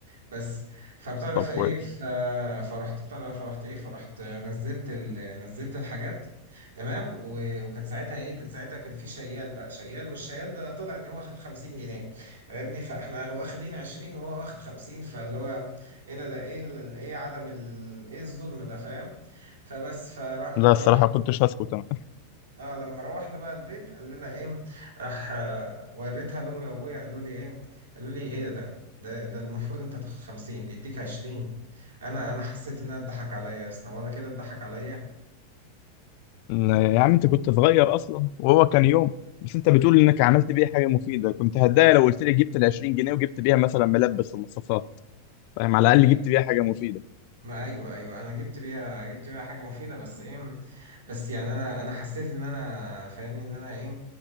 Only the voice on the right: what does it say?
بس فبتاع ده
فايه
ف... فرحت بتاع ده فرحت ايه فرحت نزلت ال... نزلت الحاجات تمام و... وكان ساعتها ايه كان ساعتها كان في شيال بقى شيال والشيال ده طلع ان هو واخد 50 جنيه فاهمني فاحنا واخدين 20 وهو واخد 50 فاللي هو ايه ده ده ايه ال... ايه عدم ال... ايه الظلم ده فاهم فبس فلما
روحت
اه لما روحنا بقى البيت قال لنا ايه راح آه، وريتها لامي وابويا قالوا لي ايه قالوا لي ايه ده ده ده, ده المفروض انت تاخد 50 بيديك 20 انا انا حسيت انها اتضحك عليا يا اسطى هو انا كده اتضحك عليا
ما أي-
ما ايوه ايوه انا جبت بيها جبت بيها حاجه مفيده بس ايه بس يعني انا انا حسيت ان انا فاهمني ان انا ايه